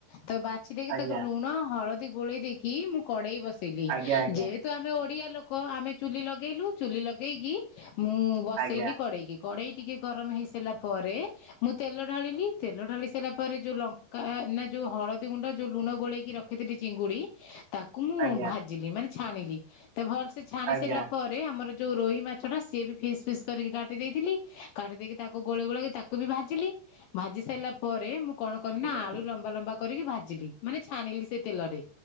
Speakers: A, on the left; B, on the right.
A: ତ ବା ଛି ଦେଇକି
B: ଆଜ୍ଞା
A: ତାକୁ ଲୁଣ ହଳଦୀ ଗୋଳେଇ ଦେଇକି ମୁଁ କଡେଇ ବସେଇଲି
B: ଆଜ୍ଞା ଆଜ୍ଞା
A: ଯେ ତ ଆମେ ଓଡିଆ ଲୋକ ଆମେ ଚୁଲି ଲଗେଇଲୁ ଚୁଲି ଲଗେଇକି ମୁଁ ବସେଇଲି
B: ଆଜ୍ଞା
A: କଡେଇକି କଡେଇ ଟିକେ ଗରମ ହେଇସାରିଲା ପରେ ମୁଁ ତେଲ ଢାଳିଲି ତେଲ ଢାଳି ସାରିଲା ପରେ ଯୋଉ ଲଙ୍କା ନା ଯୋଉ ହଳଦୀ ଗୁଣ୍ଡ ଯୋଉ ଲୁଣ ଗୋଳେଇକି ରଖିଥିଲି ଚିଙ୍ଗୁଡି ତାକୁ ମୁଁ
B: ଆଜ୍ଞା
A: ଭାଜିଲି ମାନେ ଛାଣିଲି ତ ଭଲ ସେେ ଛାଣି
B: ଆଜ୍ଞା
A: ସାରିଲା ପରେ ଆମର ଯୋଉ ରୋହି ମାଛଟା ସିଏ ବି ଫିସ୍ ଫିସ୍ କରିକି କାଟି ଦେଇଥିଲି କାଟି ଦେଇକି ତାକୁ ଗୋଳ ଗୋଳଇ କି ତାକୁ ବି ଭାଜିଲି ଭାଜି ସାରିଲା ପରେ ପରେ ମୁଁ କଣ କଲି
B: ଆଜ୍ଞା
A: ନା ଆଳୁ ଲମ୍ବା ଲମ୍ବା କରିକି ଭାଜିଲି ମାନେ ଛାଣିଲି ସେ ତେଲରେ